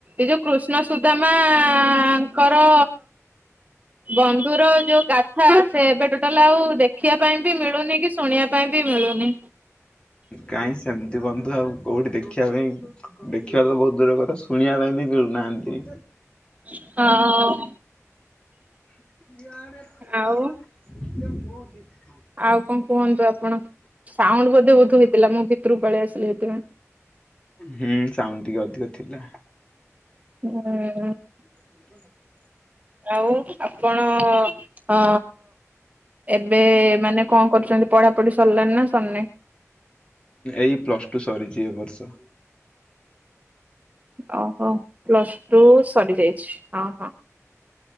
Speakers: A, on the right; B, on the left.
A: ଏ ଯୋଉ କୃଷ୍ଣ ସୁଦାମାଙ୍କର ବନ୍ଧୁର ର ଯୋଉ ଗାଥା ସେ ଏବେ ଟୋଟାଲ ଆଉ ଦେ ଦେଖିବା ପାଇଁ ବି ମିଳୁନି କି ଶୁଣିବା ପାଇଁ ବି ମିଳୁନି।
B: କାହିଁ ସେମିତି ବନ୍ଧୁ ଆଉ କୋଉଠି ଦେଖିବା ପାଇଁ ଦେଖିବା ତ ବହୁତ ଦୂର କରେ ଶୁଣିବା ପାଇଁ ବି ମିଳୁନାହାନ୍ତି।
A: ହଁ।
B: <inaudible>
A: ଆଉ ଆଉ କଣ କୁହନ୍ତୁ ଆପଣ ସାଉଣ୍ଡ ବ ବହୁତ ହେଇଥିଲା ମୁଁ ଭିତରରୁ ପଳେଇ ଆସିଲି ସେଇଥିପାଇଁ।
B: ହୁଁ ସାଉଣ୍ଡ ଟିକେ ଅଧିକ ଥିଲା।
A: ହୁଁ।
B: <inaudible>
A: ଆଉ ଆପଣ ଅ ଏବେ ମାନେ କଣ କରୁଛନ୍ତି ପଢାପଢି ସରିଲାଣି ନା ସରନେ।
B: ଏଇ ପ୍ଲସ ଟୁ ସରିଛି ଏ ବର୍ଷ।
A: ଓହୋ ପ୍ଲସ୍ ଟୁ ସରିଯାଇଛି। ହ ହଁ